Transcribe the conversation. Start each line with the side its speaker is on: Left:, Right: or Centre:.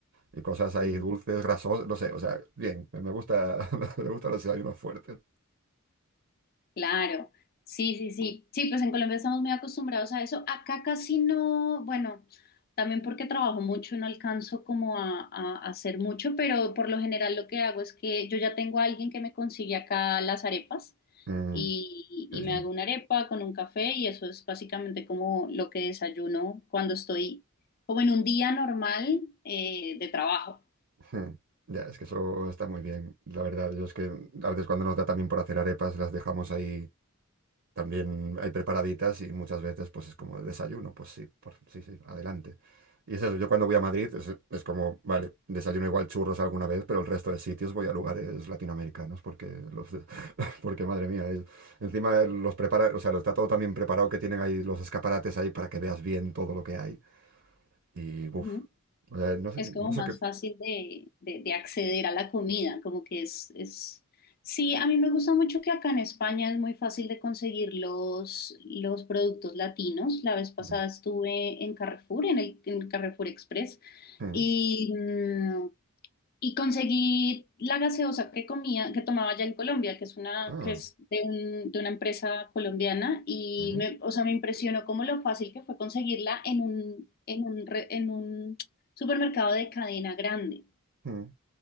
Right: y cosas ahí
Left: Ujú.
Right: dulces, grasosas, no sé, o sea, bien, me gusta, <laughs> me gustan los desayunos fuertes.
Left: Claro. Sí, sí, sí. Sí, pues en Colombia estamos muy acostumbrados a eso. Acá casi no, bueno, también porque trabajo mucho y no alcanzo como a, a- a hacer mucho, pero por lo general lo que hago es que yo ya tengo a alguien que me consigue acá las arepas
Right: Mm,
Left: y,
Right: qué
Left: y
Right: bien.
Left: me hago una arepa con un café y eso es básicamente como lo que desayuno cuando estoy como en un día normal eh, de trabajo.
Right: Mm. Ya, es que eso está muy bien, la verdad. Yo es que a veces cuando nos da también por hacer arepas, las dejamos ahí También hay preparaditas y muchas veces pues es como de desayuno, pues sí, por- sí, sí, adelante. Y es eso, yo cuando voy a Madrid es, es como, vale, desayuno igual churros alguna vez, pero el resto de sitios voy a lugares latinoamericanos porque, los, de- <laughs> porque madre mía, es- encima los prepara, o sea, lo está todo también preparado que tienen ahí los escaparates ahí para que veas bien todo lo que hay. Y, uff,
Left: Ujú.
Right: no sé,
Left: Es como
Right: no
Left: más
Right: sé qué...
Left: fácil de, de- de acceder a la comida, como que es, es... Sí, a mí me gusta mucho que acá en España es muy fácil de conseguir los, los productos latinos. La vez pasada
Right: Mm,
Left: estuve en Carrefour, en el, en Carrefour Express,
Right: mm,
Left: y, mm, y conseguí la gaseosa que comía, que tomaba allá en Colombia, que es una,
Right: Ah,
Left: que es de un- de una empresa colombiana, y
Right: mm,
Left: me, o sea, me impresionó cómo lo fácil que fue conseguirla en un, en un, re- en un supermercado de cadena grande.
Right: ¿no?